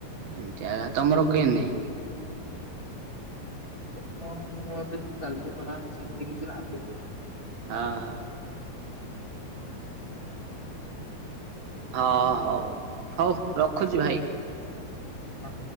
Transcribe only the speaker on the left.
ମୋର କଣ ମୋର ବି ତ ଚାଲିଛି ପଢ଼ା ସେମିତି କିଛି ଭାବିନି।
ହଁ।